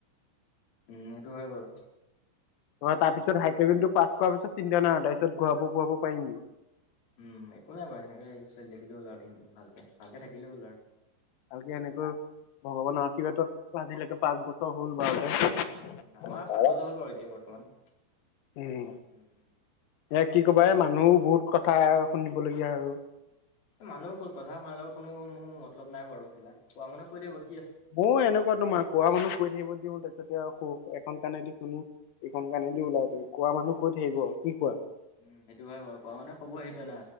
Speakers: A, on the left; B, on the left.
A: উম, সেইটো হয় বাৰু।
B: তাৰপিছত, হায়া ছেকেণ্ডাৰী পাছ কৰা পিছত চিন্তা নাই আৰু, তাৰপিছত ঘুৰাব-ফুৰাব পাৰিম।
A: উম, একো নাই বাৰু, সেনেকে চলি থাকিলেও হ'ল আৰু, <unintelligible> ভালকে থাকিলেই হ'ল আৰু।
B: ভালকে এনেকৈ ভগৱানৰ আশীৰ্বাদত আজিলৈকে পাঁচ বছৰ হ'ল বাৰু। <unintelligible>
A: আমাৰ সাত
B: অ
A: বছৰ হ'ল বাৰু এতিয়া বৰ্তমান।
B: উম,
A: উম।
B: এ কি ক'বা এই, মানুহো বহুত কথা শুনিবলগীয়া <unintelligible>
A: মানুহ কথা শুনাৰ লগত কোনো মোৰ মতলব নাই বাৰু সেইবিলাক, কোৱা মানুহে কৈ থাকিব কি আছে।
B: ময়ো এনেকুৱা তোমাৰ, কোৱা মানুহ কৈ থাকিব দিও তাৰপিছতে আৰু এখন কাণেদি শুনো এখন কাণেদি ওলাই দিও, কোৱা মানুহ কৈ থাকিব, কি কোৱা?
A: উম, সেইটো হয় বাৰু। কোৱা মানুহে ক'ব সেইটোৱে না!